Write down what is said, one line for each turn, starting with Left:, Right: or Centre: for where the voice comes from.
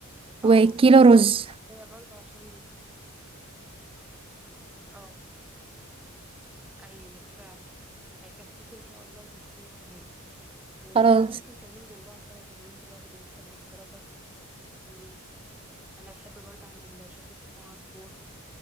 Centre: اه
Right: وكيلو
Centre: كيلو
Right: رز
Centre: ونص كفاية برضه عشان اه أيوه فعلا هيكفوكوا إن شاء الله ويفيد كمان وبقى
Right: خلاص
Centre: ممكن تعملي جنبها سلطة لو انتوا برضه بتحبوا السلطة يعني أنا بحب برضه أعمل شوربة لسان عصفور